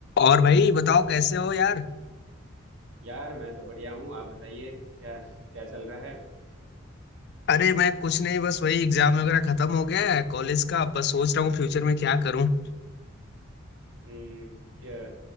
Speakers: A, on the left (about 55°); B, on the right (about 70°).
A: और भाई बताओ कैसे हो यार
B: यार मैं तो बढ़िया हूँ आप बताइए क्या क्या चल रहा है
A: अरे मैं कुछ नहीं बस वही एग्जाम वगैरह खत्म हो गया है कॉलेज का अब बस सोच रहा हूँ फ्यूचर में क्या करूँ
B: हम्म, क्या